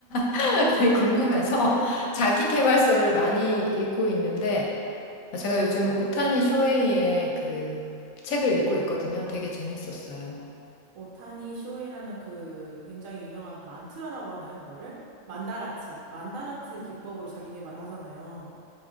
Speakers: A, on the left; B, on the right.
A: <laughs> 되게 궁금해서 자기 개발서를 많이 읽고 있는데, 제가 요즘 오타니 쇼헤이의 그 책을 읽고 있거든요. 되게 재밌었어요.
B: 오타니 쇼헤이라면 그 굉장히 유명한 만트라라고 하나요, 그거를? 만다라트. 만다라트 기법으로 자기 개발을 하잖아요.